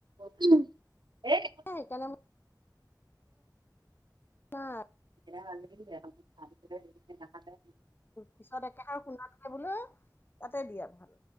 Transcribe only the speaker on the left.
সেইকাৰণে। <unintelligible>
পিছত একেষাৰ শুনাতকে বোলো তাতে দিয়া ভাল।